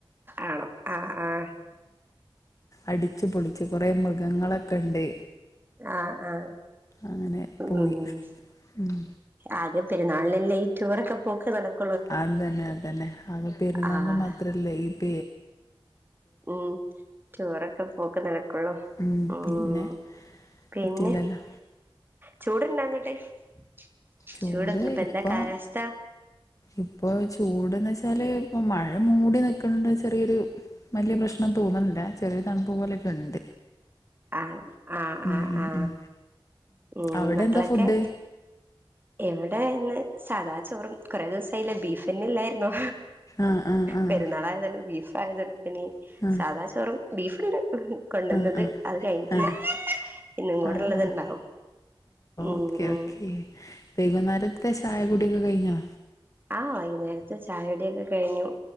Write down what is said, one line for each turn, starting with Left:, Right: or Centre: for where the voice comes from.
Right: ആണോ ആഹ് ആഹ്
Left: അടിച്ച് പൊളിച്ച് കുറേ മൃ മൃഗങ്ങളൊക്കെ ഉണ്ട്
Right: ആ ആ
Left: അങ്ങനെ
Right: ഉം
Left: പോയി ഉം
Right: ആദ്യം പെരുന്നാൾ അല്ലെല്ലെ ഈ ടൂറൊക്കെ പോക്ക് നടക്ക
Left: അത് തന്നെ അത് തന്നെ അത് പെരുന്നാള്
Right: ആഹ്
Left: മാത്രല്ലേ ഈപ്പ
Right: ഉം ടൂർറൊക്കെ പോക്ക് നടക്കുള്ളൂ
Left: ഉം
Right: ഉം
Left: പിന്നെ
Right: പിന്നെ
Left: പറ്റില്ലല്ലോ
Right: ചൂട്ണ്ടാങ്ങോട്ടു ഹ് <unintelligible>
Left: ചൂട്
Right: ചൂടോ തണുപ്പോ
Left: ഇപ്പൊ
Right: എന്താ കാലസ്ഥ
Left: ഇപ്പൊ ചൂട്ന്ന് വെച്ചാല് ഇപ്പ മഴ മൂടി നൽക്കണ ചെറിയൊരു വലിയ പ്രശ്നം തോന്നണില്ല ചെറിയരു തണുപ്പ് പോലെയൊക്കെ ഉണ്ട്
Right: ആഹ് ആ
Left: ഉം
Right: ആ
Left: ഉം
Right: ആ
Left: ഉം
Right: ഉം
Left: അവിടെ
Right: മക്കളൊക്കെ
Left: എന്താ ഫുഡ്
Right: എവിടെന്ന് സാദാ ചോറും കൊറെ ദിവസായില്ല ബീഫന്നെ ഇല്ലായിരുന്നോ
Left: ആഹ് ആഹ് ആഹ്
Right: പെരുന്നാളായതന്നെ ബീഫ് <unintelligible> പിന്നെ
Left: ആഹ്
Right: സാദാ ചോറും ബീഫ് ഉണ്ട് കൊണ്ടുവന്നത്
Left: ആഹ് ആഹ്
Right: അത് കഴിഞ്ഞിട്ടില്ല
Left: ആഹ്
Right: ഇന്നും കൂടെള്ളത്
Left: ആഹ് ആഹ്
Right: ഉണ്ടാവും ഉം
Left: ഓക്കെ ഓക്കെ വൈകുന്നേരത്തെ ചായകുടിയൊക്കെ കഴിഞ്ഞോ
Right: ആഹ് വൈകുന്നേരത്തെ ചായ കുടിയൊക്കെ കഴിഞ്ഞു